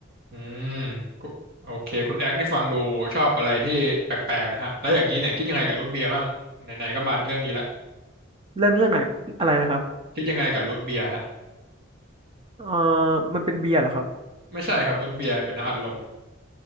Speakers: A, on the right; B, on the right.
A: อืมกุโอเคคุณแอ๊กนี่ฟังดูชอบอะไรที่แปลกๆนะฮะแล้วอย่างนี้เนี่ยคิดยังไงกับรูทเบียร์บ้างไหนๆก็มาเรื่องนี้ละ
B: เรื่องเรื่องไหนอะไรนะครับ
A: คิดยังไงกับรูทเบียร์ฮะ
B: เออมันเป็นเบียร์เหรอครับ
A: ไม่ใช่ครับรูทเบียร์เป็นน้ำอัดลม